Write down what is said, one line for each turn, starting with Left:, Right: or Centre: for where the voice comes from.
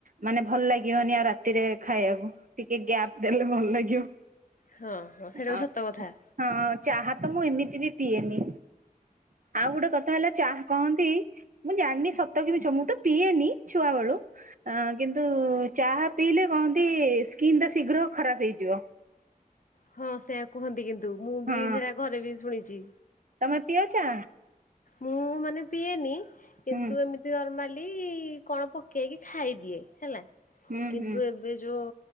Right: ମାନେ ଭଲ ଲାଗିବନି ଆଉ ରାତିରେ ଖାଇବାକୁ ଟିକେ ଗ୍ୟାପ୍ ଦେଲେ ଭଲ ଲାଗିବ।
Left: ହଁ ହଁ ସେଇଟା
Right: ଆ
Left: ବି ସତ କଥା।
Right: ହଁ ଚାହା ତ ମୁଁ ଏମିତି ବି ପିଏନି ଆଉ ଗୋଟେ କଥା ହେଲା ଚାହ କହନ୍ତି ମୁଁ ଜାଣିନି ସତ କି ମିଛ ମୁଁ ତ ପିଏନି ଛୁଆ ବେଳୁ। ଅ କିନ୍ତୁ ଚାହା ପିଇଲେ କହନ୍ତି ସ୍କିନ୍ ଟା ଶୀଘ୍ର ଖରାପ ହେଇଯିବ।
Left: ହଁ ସେୟା କୁହନ୍ତି କିନ୍ତୁ ମୁଁ ବି
Right: ହଁ
Left: ସେରା ଘରେ ବି ଶୁଣିଛି।
Right: ତମେ ପିଅ ଚା?
Left: ମୁଁ ମାନେ ପିଏନି କିନ୍ତୁ
Right: ହୁଁ
Left: ଏମିତି ନ୍ତୁ ନର୍ମାଲି କଣ ପକେଇକି ଖାଇଦିଏ ହେଲା
Right: ହୁଁ
Left: କିନ୍ତୁ
Right: ହୁଁ
Left: ଏ ବେ ଏ ଯୋଉ